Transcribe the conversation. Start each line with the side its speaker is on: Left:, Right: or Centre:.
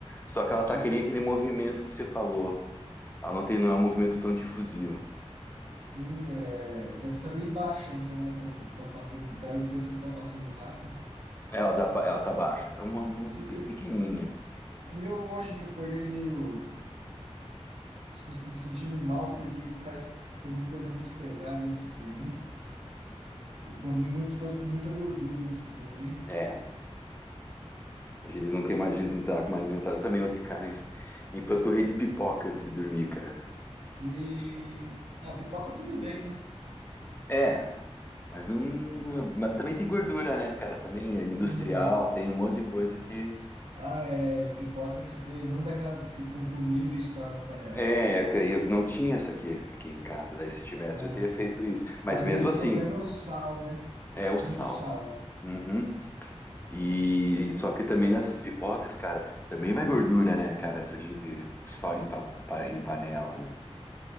Left: Só que ela tá
Right: E,
Left: querendo aquele movimento que você falou. Ela não tem, não é um movimento tão difusivo.
Right: sim, é, deve estar bem baixa, então, né? pra Tá, tá passando, dá a impressão que tá passando rápido.
Left: Ela dá, ba- ela tá baixa. É uma, uma
Right: Que
Left: pe-
Right: que eu-
Left: pequenininha.
Right: e eu hoje que acordei meio se- me sentindo mal, porque parece que comi coisa muito pesada antes de dormir. Eu comi muita coisa com muita gordura antes de dormir.
Left: É, A gente não tem mais, a gente não tá como alimentado. Também ontem, cara, me empanturrei de pipoca antes de dormir, cara.
Right: E a pipoca tudo bem, né?
Left: É, mas não, não- é, mas também tem gordura, né, cara? Também é industrial,
Right: Sim.
Left: tem um monte de coisa que.
Right: Ah, é. Pipoca se fez não daquela que se compra o milho e estoura na panela.
Left: É, que eu não tinha essa aqui, aqui em casa. Daí se tivesse,
Right: Ah,
Left: eu teria
Right: sim.
Left: feito isso. Mas
Right: Às vezes
Left: mesmo
Right: o
Left: assim,
Right: problema é o sal, né?
Left: é o
Right: Muito
Left: sal.
Right: sal.
Left: Uhum. E só que também nessas pipocas, cara, também vai gordura, né, cara? Essa que a gente estoura em, pa- pa- em panela, né?